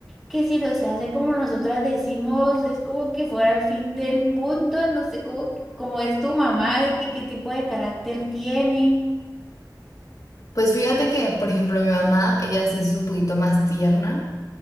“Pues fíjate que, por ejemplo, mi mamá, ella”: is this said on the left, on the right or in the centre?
Left